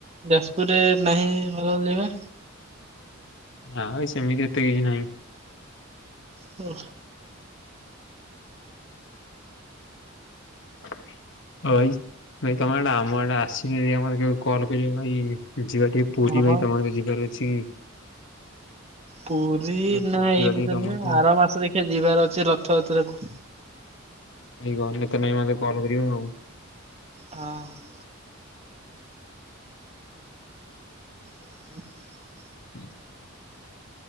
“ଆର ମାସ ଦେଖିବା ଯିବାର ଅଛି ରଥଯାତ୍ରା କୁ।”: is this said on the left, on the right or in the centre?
Right